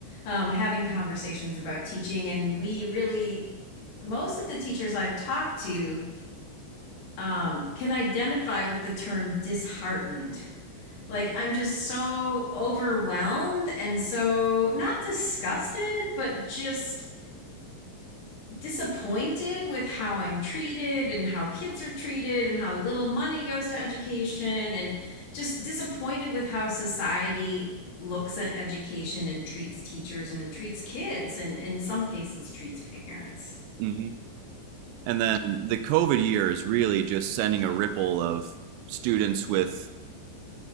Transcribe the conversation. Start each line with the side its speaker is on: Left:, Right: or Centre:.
Left: um, having conversations about teaching, and we really most of the teachers I've talked to um, can identify with the term disheartened. Like I'm just so overwhelmed and so not disgusted, but just disappointed with how I'm treated and how kids are treated and how little money goes to education and just disappointed with how society looks at education and treats teachers and treats kids and in some cases treats parents.
Right: hmm And then the COVID year is really just sending a ripple of students with